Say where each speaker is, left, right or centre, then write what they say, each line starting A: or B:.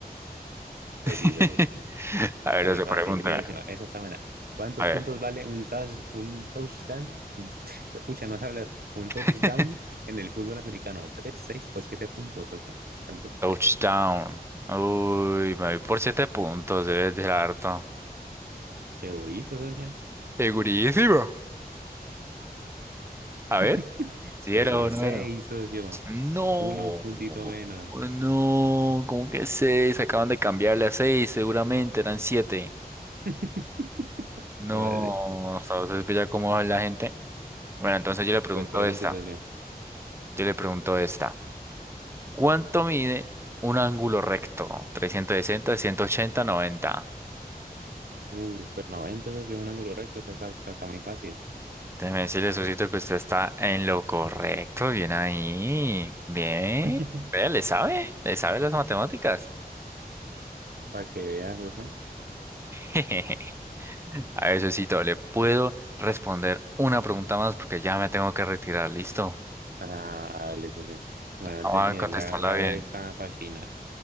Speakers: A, on the right; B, on the right.
A: Pues
B: <laughs>
A: sí, socio.
B: A
A: Está
B: ver, socio,
A: bien fácil.
B: pregúntame.
A: Mira, encima, esa está buena. ¿Cuántos
B: A ver.
A: puntos vale un, touch- un touchdown? <laughs> Escucha, no sé hablar. Un
B: <laughs>
A: touchdown en el fútbol americano. ¿Tres, seis o siete puntos, socio? ¿Cuántos cree?
B: Touchdown. Uy, me voy por siete puntos, debe ser harto.
A: Qué bonito, socio.
B: Segurísimo. A ver,
A: <laughs>
B: si
A: Pues
B: era
A: son
B: o no
A: seis,
B: era.
A: socio.
B: No,
A: Uno, un puntito menos.
B: no, ¿cómo que seis? Acaban de cambiarle a seis, seguramente eran siete.
A: <laughs>
B: No,
A: ¿Cómo así?
B: ¿sabes ya cómo va la gente? Bueno, entonces yo le pregunto
A: Pues pregunte,
B: esta.
A: socio.
B: Yo le pregunto esta. ¿Cuánto mide un ángulo recto? 360, 180, 90.
A: Uh, pues 90, socio, un ángulo recto. Está, está, está- está muy fácil.
B: Déjeme decirle, Sosito, que usted está en lo correcto. Bien ahí. Bien.
A: <laughs>
B: Vea, le sabe. Le sabe las matemáticas.
A: Para que veas, socio.
B: <laughs> A ver, Sosito, ¿le puedo responder una pregunta más? Porque ya me tengo que retirar, ¿listo?
A: Ah, listo, sí. Bueno, entonces,
B: Vamos
A: mire,
B: a contestarla
A: la, la
B: bien.
A: hago esta para el final.